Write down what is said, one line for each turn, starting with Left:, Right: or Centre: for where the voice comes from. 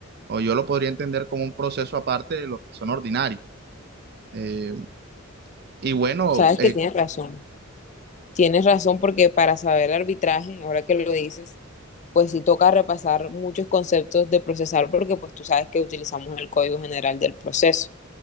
Right: o yo lo podría entender como un proceso aparte de los que son ordinarios. Eh, y bueno,
Left: Sabes
Right: eh,
Left: que tienes razón. Tienes razón porque para saber arbitraje, ahora que lo dices, pues sí toca repasar muchos conceptos de procesal porque pues tú sabes que utilizamos el Código General del Proceso